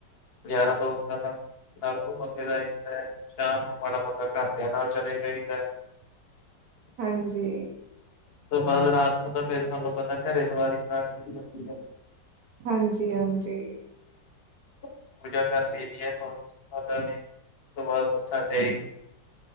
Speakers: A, on the left; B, on the right.
A: ਯਾਰਾਂ ਦੋਸਤ ਨਾਂਲ ਘੁਮਫਿਰ ਆਈਦਾ ਸਾਮ ਨੂੰ ਮਾੜਾ ਮੋਟਾ ਘਰ ਦਿਆ ਨਾਲ ਚਲੇ ਜਾ ਈਦਾ <inaudible>
B: ਹਾਂਜੀ
A: ਉਸ ਤੋਂ ਬਾਅਦ ਰਾਤ ਨੂੰ ਤਾ ਥੋਨੂੰ ਪਤਾ ਘਰੇ ਦੀਵਾਲ਼ੀ ਸਟਾਰਟ ਕੀਤੀ ਜਾਦੀ ਆ
B: ਹਾਂਜੀ ਹਾਂਜੀ
A: ਪੂਜਾ ਕਰ ਲਈ ਦੀ ਮਾਤਾ ਦੀ ਉਸ ਤੋ ਬਾਦ ਮੱਤਾ ਟੇਕ